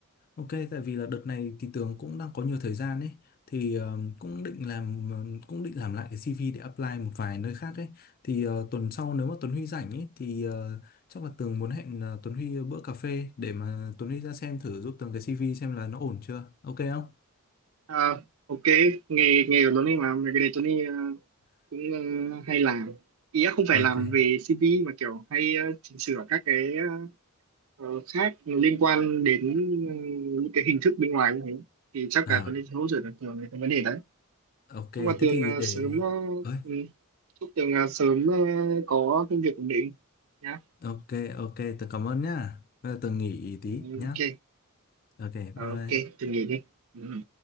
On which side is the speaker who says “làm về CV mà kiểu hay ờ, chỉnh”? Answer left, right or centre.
Right